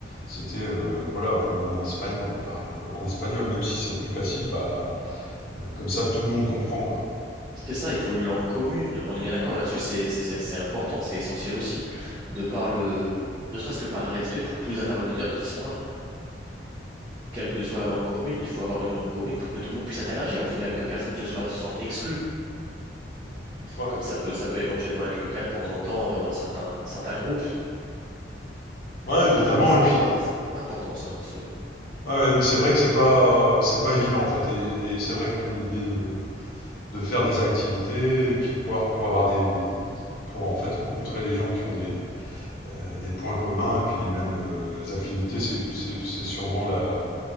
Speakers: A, on the left; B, on the right.
A: C'était, euh, voilà, on est en Espagne, bah, on parle euh, en espagnol, même si c'est plus facile. Bah, euh, comme ça, tout le monde comprend, quoi.
B: c'est ça, il faut une langue commune. On est bien d'accord là-dessus, c'est c'est- c'est- c'est important, c'est essentiel aussi, de par le, ne serait-ce que par respect pour tous les interlocuteurs qui sont là. Quelle que soit la langue commune, il faut avoir une langue commune pour que tout le monde puisse interagir au final, que personne ne se soit, se sente exclu.
A: Ouais,
B: comme ça peut, ça peut éventuellement être le cas de temps en temps euh, dans certains, certains groupes.
A: Ouais, évidemment.
B: Donc pour moi, c'était
A: Et puis,
B: voilà, c'est important ça. ce-
A: ah ouais, mais c'est vrai que c'est pas, c'est pas évident, en fait. Et, et c'est vrai que ton idée de, de faire des activités et puis voir pour avoir des, des- pour en fait rencontrer des gens qui ont des euh, des points communs et puis les mêmes euh, affinités, c'est c'est- c'est sûrement la,